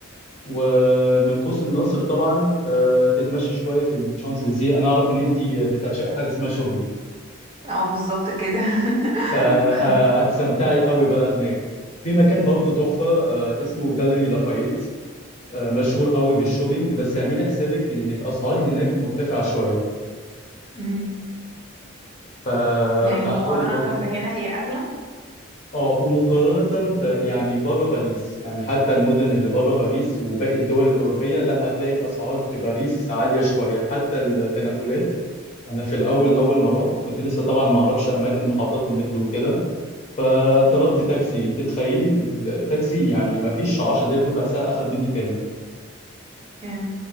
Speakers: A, on the left (about 30°); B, on the right (about 25°).
A: ومن قوس النصر طبعا آه، تتمشي شوية في الشانزليزيه انا اعرف ان انت بتعشق حاجة اسمها شوبينج
B: اه بالظبط كده <laughs>
A: فهتستمتعي قوي بقى هناك في مكان برضو تحفة آه، اسمه جاليري لافايت آه، مشهور قوي بالشوبينج بس اعملي حسابك ان الاسعار هناك مرتفعة شوية
B: امم
A: ف...
B: يعني
A: فحاولي
B: مقارنة
A: برضو
B: بهنا هي اغلى
A: اه ومقارنة ب... يعني بره باريس يعني حتى المدن اللي بره باريس وباقي الدول الأوروبية لا هتلاقي الأسعار في باريس عالية شوية حتى التنقلات أنا في الأول أول ما رحت كنت لسه طبعا ما أعرفش أماكن محطات المترو وكده فطلبت تاكسي تتخيلي التاكسي يعني ما فيش 10 دقايق ربع ساعة أخذ مني كام؟
B: كام؟